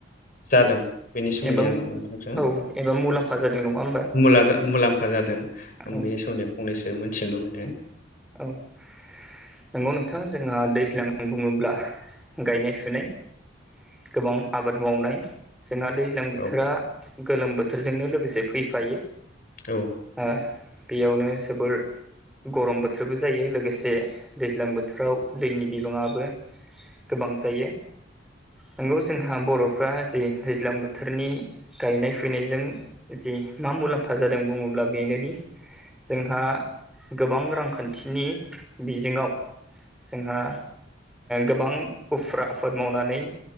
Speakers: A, on the left; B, in the centre.
A: जादों बेनि सोमोन्दै
B: एबा
A: आं नोंथांजों
B: औ एबा मुलाम्फा जादों नङा होमबा
A: मुला जा मुलाम्फा जादों आं
B: औ
A: बेनि सोमोन्दै फंनैसो मोनथिनो लुबैदों।
B: औ नंगौ नोंथां जोंना दैज्लां बुङोब्ला गायनाय फुनाय गोबां आबाद मावनाय जोंहा दै लां बोथोरा
A: औ
B: गोलोम बोथोरजोंनो लोगोसे फैफायो।
A: औ।
B: ओ बेयावनो जोबोर गरम बोथ बोथोरबो जायो लोगोसे दैज्लां बोथोराव दैनि बिबाङाबो गोबां जायो। नंगौ जोंहा बर'फ्रा जे दैज्लां बोथोरनि गायनाय फुयनायजों जि मा मुलाम्फा जादों बुङोब्ला बेनोदि जोंहा गोबां रांखान्थि थिनि बिजोङाव जोंहा गोबां उफ्रा आफाद मावनानै